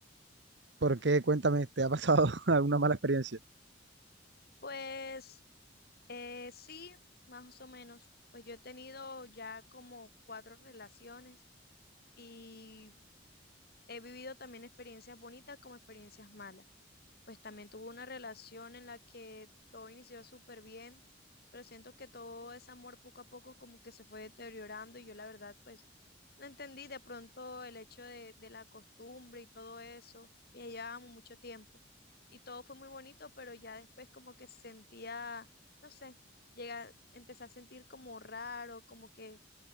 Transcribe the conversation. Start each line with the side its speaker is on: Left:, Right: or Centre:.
Right: porque cuéntame, ¿te ha pasado <laughs> alguna mala experiencia?
Left: Pues Eh, sí, más o menos. Pues yo he tenido ya como cuatro relaciones y he vivido también experiencias bonitas como experiencias malas pues también tuvo una relación en la que todo inició súper bien, pero siento que todo ese amor poco a poco como que se fue deteriorando y yo la verdad pues no entendí de pronto el hecho de, de la costumbre y todo eso, y ya llevábamos mucho tiempo y todo fue muy bonito, pero ya después como que sentía, no sé, llega, empecé a sentir como raro, como que